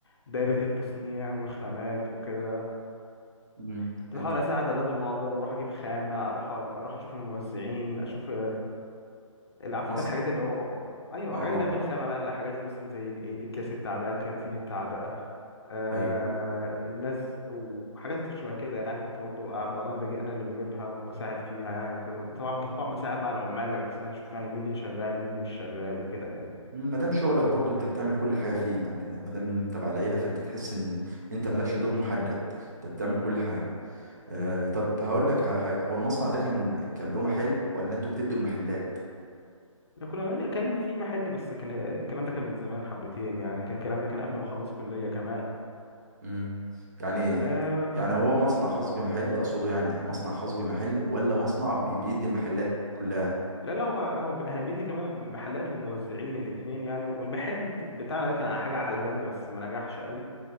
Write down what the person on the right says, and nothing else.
مم.
أنت
مصر
اه
ايوه
ما دام شغلك برضو انت بتعمل كل حاجه فيه يعني ما دام انت تبع العيله فانت تحس ان انت مالكش دور محدد انت بتعمل كل حاجه آه طب هقول لك على حاجه هو المصنع ده كان كان له محل ولا انتوا بتدوا المحلات
امم يعني
يعني هو مصنع خاص بمحل اقصده يعني مصنع خاص بمحل ولا مصنع بي- بيدي المحلات كلها